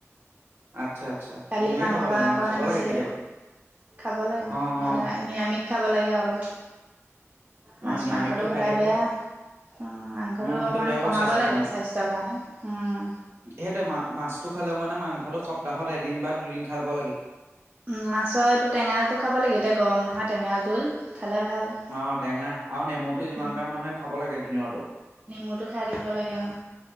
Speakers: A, on the right; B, on the right.
A: আচ্ছা আচ্ছা
B: কালি
A: ডিমেই
B: মাংস
A: খাব লাগে
B: আক
A: খাব
B: আনিছিলে
A: লাগে কেতিয়াবা
B: খাব লাগে,
A: অ
B: সদায়।
A: অ
B: নিৰামিষ খাব লাগে অলপ, মাছ
A: অ নিৰামিষটো
B: মাংসটো সদায়
A: খাই থাকিব
B: বেয়া।
A: লাগে
B: উম, মাংসটো
A: অ', সেইটো
B: অকমান
A: বেয়া
B: কমাব
A: বাৰু স্বাস্থ্যৰ
B: লাগে
A: কাৰণে
B: স্বাস্থ্যৰ কাৰণে, উম।
A: সেইটোৱে মা মাছটো খালেও মানে মাংসটো সপ্তাহত এদিন বা দুদিন খাব লাগে।
B: উম মাছৰ এইটো টেঙাটো খাব লাগে, এতিয়া গৰম নহয় টেঙা জোল খালে ভাল।
A: অ টেঙা আৰু নেমুটো যিমান
B: উম
A: পাৰে মানুহে খাব লাগে দিনতো।
B: নেমুটো খাই থাকিব লাগে অ।